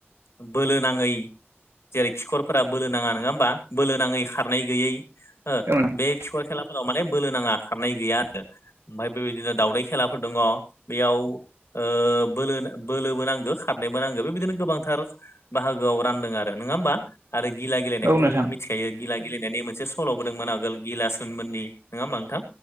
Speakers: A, on the left; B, on the right.
A: बोलो नाङै जेरै खिखरफोरा बोलो नाङा नङा होमबा बोलो नाङै खारनै गैयै हो
B: औ
A: बे खिखर खेलाफोराव माने बोलो नाङा खारनाय गैया आरो। ओमफ्राय बेबायदिनो दावउदै खेलाफोर दङ बेयाव ओ बोलो बोलोबो नांगो खारनायबो नांगो बेबायदिनो गोबांथार बाहागोआव रानदों आरो नोङा होमबा? आरो गिला गेलेनायखौथ'
B: नोंथां औ नोंथां
A: जों
B: औ
A: मिथिखायो गिला गेलेनायनि मोनसे सल'बोदोंमोन आगोल गिलासोनमोननि नङा होमा नोंथां